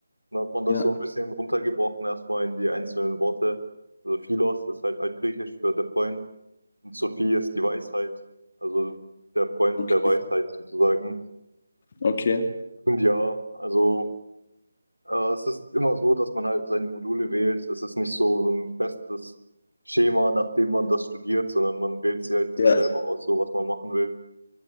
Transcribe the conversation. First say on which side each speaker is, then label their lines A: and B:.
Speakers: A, on the left; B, on the left.
A: Dann hat man das
B: Ja,
A: so ein bisschen runtergebrochen, erstmal in die einzelnen Worte. Also Philos ist halt altgriechisch für der Freund und Sophie ist die Weisheit, also der Freund
B: okay,
A: der Weisheit sozusagen.
B: okay,
A: Und ja, also. Äh, es ist immer so, dass man halt seine Module wählt. Es ist nicht so, so ein festes Schema, nach dem man das studiert, sondern man wählt sich, halt sich
B: ja,
A: selber aus, so was man machen will.